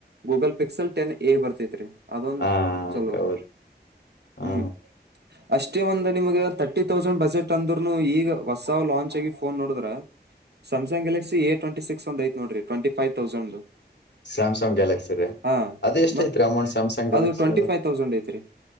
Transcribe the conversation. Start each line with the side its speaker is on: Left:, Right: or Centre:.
Right: ಗೂಗಲ್ ಪಿಕ್ಸಲ್ ಟೆನ್ ಎ ಬರ್ತತ್ ರರಿ ಅದೊಂದು
Left: ಹಾ
Right: ಚಲೋ
Left: ಹೌದು
Right: ನೋಡಿಿ
Left: ಹಾ
Right: ಹ್ಮ್ ಅಷ್ಟೇ ಒಂದು ನಿಮಗೆ ತಟ್ಟ ತಟ್ಟಿ ತೌಸಂಡ್ ಬಜೆಟ್ ಅಂದ್ರರುನು ಈಗ ಹೊಸ್ ಲಾಂಚ್ ಆಗ ಫೋನ್ ನೋಡಿದ್ರೆ ಸ್ಯ್ಸಂಗ್ಗೆಲಕ್ಸಿ ಎ ಟ್ವೆಟಿ ಸಿಕ್ಸ್ ಒಂದ ಐತೆ ನೋಡ್ರ twenty five thousand
Left: Samsung Galaxy ರೀ
Right: ಹಾ
Left: ಅದ ಎಷ್ಟ್
Right: ಮತ್
Left: ಐತ್ರಿ ಅಮೌಂಟ್ ಸ್ಯಾಮ್ಸಂಗ್ ಗ್ಯಾಲಕ್ಸಿ
Right: ಟ್ವೆಂಟಿ
Left: ಅದು
Right: ಫೈವ್ ತೌಸಂಡ್ ಐತ್ರಿ